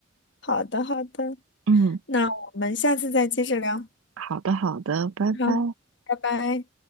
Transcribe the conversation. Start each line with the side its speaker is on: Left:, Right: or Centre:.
Left: 好的，好的，
Right: 嗯，
Left: 那我们下次再接着聊。
Right: 好的，好的，拜拜。
Left: 好，拜拜。